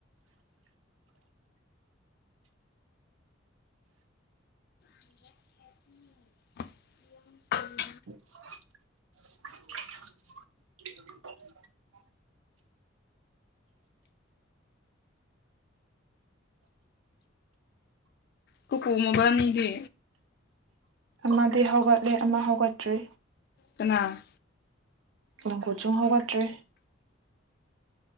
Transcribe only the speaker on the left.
<unintelligible>
ꯀꯨꯀꯨ ꯃꯕꯥꯅꯤꯒꯤ
ꯀꯅꯥ